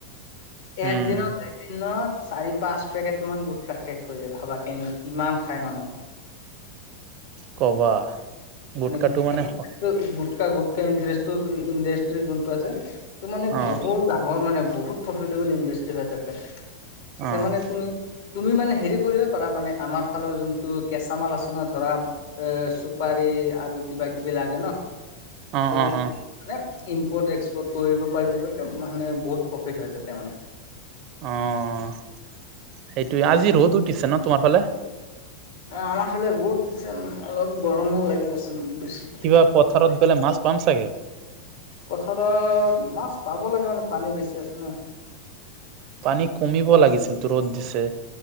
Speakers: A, on the left; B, on the right.
A: এক
B: উম,
A: দিনতে- দিনত চাৰি-পাঁচ পেকেট মান গোট কা শেষ হৈ যায়, ভাবা কেনে কিমান খাই মানুহে।
B: কি কবা। গুটকাটো
A: মানে গুটকা,
B: অ',
A: গুটকা-গুটকা ইণ্ডাষ্ট্ৰি যোনটো আছে। ত' মানে
B: অ',
A: বহুত ডাঙৰ মানে বহুত প্ৰফিটেবল ইণ্ডাষ্টি হয়, তা'তে, তা'তে
B: অ',
A: মানে তুমি তুমি মানে হেৰি কৰিব পাৰা মানে আমাৰ ফালৰ যোনটো কেঁচা মাল আছে ন' ধৰা- এ' চুপাৰী আৰু কিবা-কিবি লাগে ন।
B: অঁহ',
A: এইবিলাক
B: -অঁহ', -অঁহ-।
A: মানে ইম্পৰ্ট এক্সপৰ্ট কৰিব পাৰিলে তা'তে মানে বহুত প্ৰফিট হয় তা'তে মানে।
B: অঁহ', -সেইটোৱেই। আজি ৰ'দো দিছে ন' তোমাৰ ফালে?
A: অঁহ', -আমাৰ ফালে ৰ'দ দিছে, অলপ গৰমো লাগি আছে মানে বেছিকৈ।
B: কিবা পথাৰত গ'লে মাছ পাম চাগে।
A: পথাৰত মাছ পাব লাগে মানে পানী বেছি আছে ন।
B: পানী কমিব লাগিছিল তো ৰ'দ দিছে।